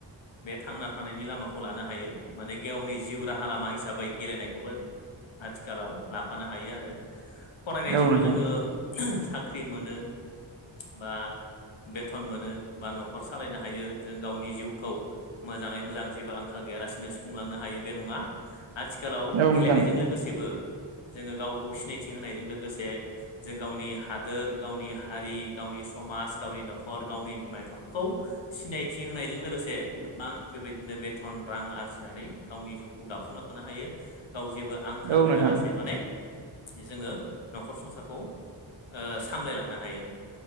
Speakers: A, on the left; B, on the right.
A: बे थांना थानायनि लामाखौ लानो हायो माने गावनि जिउ राहा लामा हिसाबै गेलेनाय खौबो आथिखालाव लाफानो हायो आरो फरायनायजोंल'
B: औ नोंथां
A: जोङो साख्रि मोनो बा बेथन मोनो बा न'खर सालायनो हायो जों गावनि जिउखौ मोजाङै मोजां जेबो आंखाल गैयालासिनो सुफुंलांनो हायो बे नङा आथिखालाव
B: औ
A: गेलेनायजों
B: नोंथां
A: लोगोसेबो जोङो गावखौ सिनायथि होनायजों लोगोसे जों गावनि हादोर, गावनि हारि, गावनि समाज, गावनि न'खर, गावनि बिमा बिफाखौ सिनायथि होनायजों लोगोसे गोबां बेबायदिनो बेथन रां आरजिनानै गावनि जिउखौ दाफुं लां नो हायो गाव जेबो आंखाल
B: औ
A: गैयालासे
B: नोंथां
A: माने जोङो नखर संसारखौ ओ सामलायलांनो हायो।